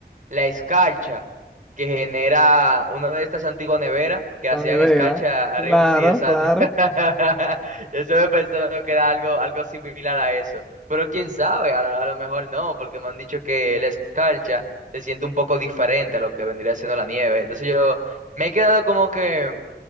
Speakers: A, on the right; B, in the centre.
A: la escarcha que genera una de estas antiguas neveras que hacían
B: La nevera.
A: escarcha
B: Claro,
A: arriba. Sí, exacto.
B: claro.
A: <laughs> Yo me pensando que era algo, algo similar a eso. Pero quién sabe, a, lo a lo mejor no, porque me han dicho que la escarcha se siente un poco diferente a lo que vendría siendo la nieve. Entonces yo me he quedado como que